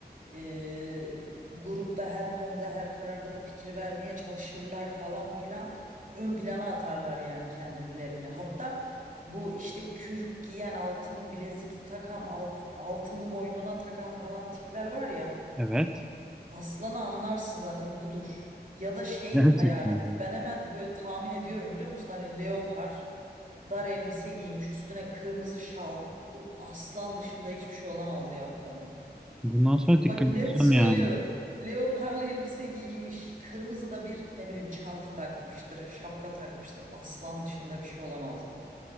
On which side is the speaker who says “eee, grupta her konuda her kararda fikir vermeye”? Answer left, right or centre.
Right